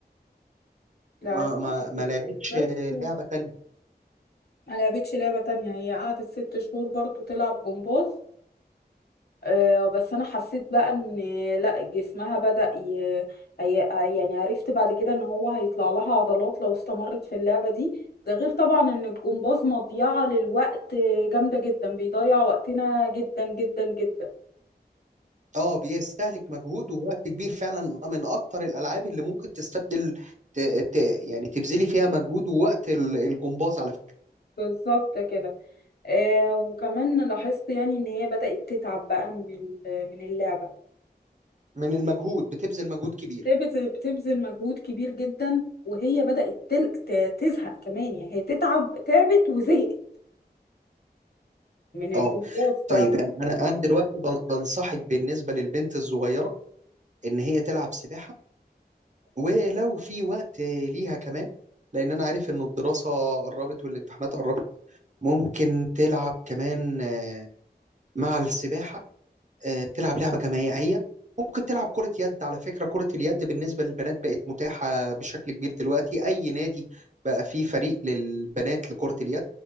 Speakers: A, on the left (about 70°); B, on the right (about 45°).
A: لعبتها
B: ما ما ما
A: جمباز
B: لعبتش
A: بس
B: آه، لعبة تانية
A: ما لعبتش لعبة تانية هي قعدت ست شهور برضو تلعب جمباز آه، بس انا حسيت بقى ان لا جسمها بدأ ي... هي... يعني عرفت بعد كده ان هو هيطلع لها عضلات لو استمرت في اللعبة دي ده غير طبعا ان الجمباز مضيعة للوقت جامدة جدا بيضيع وقتنا جدا جدا جدا
B: اه بيستهلك مجهود ووقت كبير فعلا من اكتر الالعاب اللي ممكن تستبدل ت... ت... يعني تبذلي فيها مجهود ووقت ال- الجمباز على فكرة
A: بالظبط كده آه وكمان لاحظت يعني ان هي بدأت تتعب بقى من ال- من اللعبة
B: من المجهود بتبذل مجهود كبير
A: بت- بتبذل مجهود كبير جدا وهي بدأت تل- ت- تزهق كمان يعني هي تتعب تعبت وزهقت من
B: اه
A: الجروبات
B: طيب
A: فلا
B: يعني انا انا دلوقتي بن- بنصحك بالنسبه للبنت الصغيره ان هي تلعب سباحه ولو في وقت ليها كمان لان انا عارف ان الدراسه قربت والامتحانات قربت ممكن تلعب كمان آه، مع السباحه آه، تلعب لعبة جماعية ممكن تلعب كرة يد على فكرة كرة اليد بالنسبة للبنات بقت متاحة بشكل كبير دلوقتي أي نادي بقى فيه فريق للبنات لكرة اليد